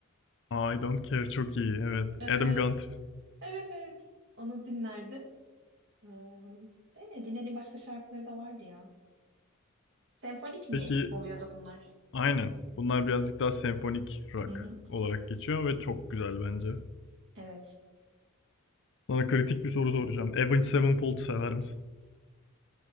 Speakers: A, on the left; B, on the right.
A: I Don't Care çok iyi. Evet.
B: Evet.
A: Adam Gunter.
B: Evet evet. Onu dinlerdim. Ee, yani dinlediğim başka şarkıları da vardı ya. Senfonik mi
A: Peki
B: oluyordu bunlar?
A: aynen. Bunlar birazcık daha senfonik rock
B: Hı hı.
A: olarak geçiyor ve çok güzel bence.
B: Evet.
A: Sana kritik bir soru soracağım. Avenged Sevenfold sever misin?